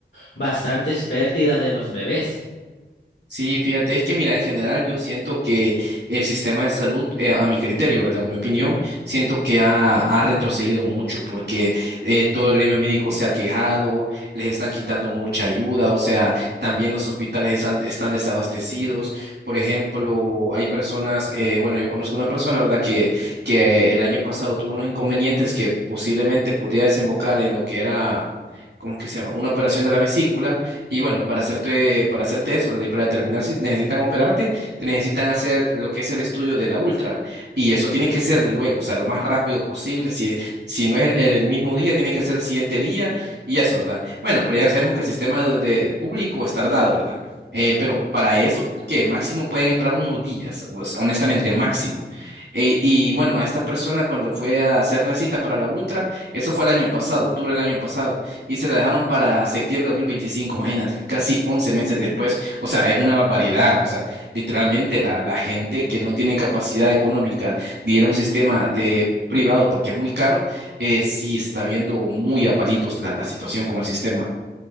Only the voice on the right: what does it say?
Sí, fíjate, es que mira, en general yo siento que el sistema de salud, eh, a mi criterio, ¿verdad? O mi opinión, siento que ha, ha retrocedido mucho porque eh, todo el gremio médico se ha quejado, les están quitando mucha ayuda, o sea, también los hospitales están, están desabastecidos. Por ejemplo, hay personas, eh, bueno, yo conozco una persona, ¿verdad? Que, que el año pasado tuvo unos inconvenientes que posiblemente podía desembocar en lo que era... ¿Cómo es que se llama? Una operación de la vesícula y bueno, para hacerte, para hacerte eso, ¿verdad? Y para determinar si necesitan operarte, te necesitan hacer lo que es el estudio de la ultra. Y eso tiene que ser luego, o sea, lo más rápido posible. Si, si no es el, el mismo día, tiene que ser el siguiente día y eso, ¿verdad? Bueno, pero ya sabemos que el sistema de, de público es tardado, ¿verdad? Eh, pero para eso, que máximo pueden esperar unos días, o sea, honestamente, máximo. Eh, y bueno, a esta persona cuando fue a hacer la cita para la ultra, eso fue el año pasado, octubre del año pasado y se la dejaron para septiembre de 2025, imagínate, casi 11 meses después. O sea, es una barbaridad. O sea, literalmente la, la gente que no tiene capacidad económica de ir a un sistema de privado porque es muy caro, eh, sí está viendo muy a palitos la, la situación con el sistema.